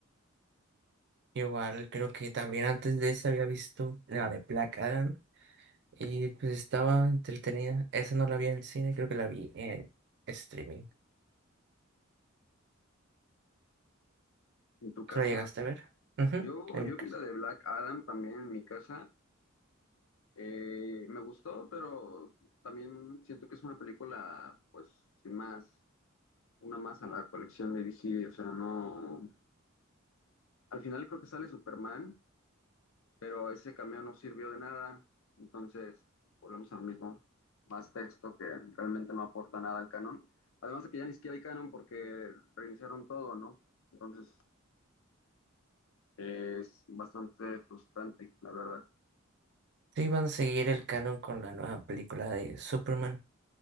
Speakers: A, on the right; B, on the left.
A: Igual creo que también antes de esa había visto la de Black Adam y pues estaba entretenida. Esa no la vi en el cine, creo que la vi en streaming.
B: En tu
A: ¿Tú
B: casa,
A: la llegaste a ver? Ujú,
B: yo,
A: en mi
B: yo
A: casa.
B: vi la de Black Adam también en mi casa. Eh, me gustó, pero también siento que es una película, pues, sin más. una más a la colección de DC, o sea, no. Al final creo que sale Superman, pero ese cameo no sirvió de nada, entonces volvemos a lo mismo. Más texto que realmente no aporta nada al canon. Además de que ya ni siquiera hay canon porque reiniciaron todo, ¿no? Entonces eh, es bastante frustrante, la verdad.
A: Sí, van a seguir el canon con la nueva película de Superman.